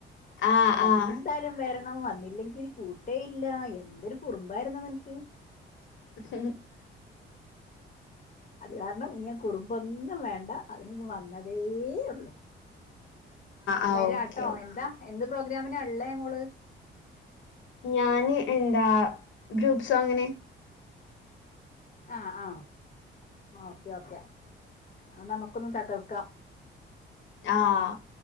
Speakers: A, on the left (about 70°); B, on the left (about 40°).
A: ആഹ്
B: ഞാന്നെന്തായാലും
A: ആഹ്
B: വെര ണം വന്നില്ലെങ്കി കൂട്ടേയില്ല എന്തൊരു കുറുമ്പായിരുന്നു നിനക്ക്.
A: <inaudible>
B: അത് കാരണം ഇനിയ കുറുമ്പൊന്നും വേ. ണ്ട അതിനിനി വന്നതേ ഉള്ളു.
A: ആഹ്
B: വരാട്ടോ
A: ഓക്കെ ഓക്കെ
B: എന്താ എന്ത് പ്രോഗ്രാമിനാ ഉള്ളേ മോള്.
A: ഞാന് എന്താ ഗ്രൂപ്സോങ്ങിന്.
B: ആഹ് ആഹ്. ആഹ് ഓക്കെ ഓക്കെ ആ നമുക്കൊന്ന് തകർക്കാം.
A: ആഹ്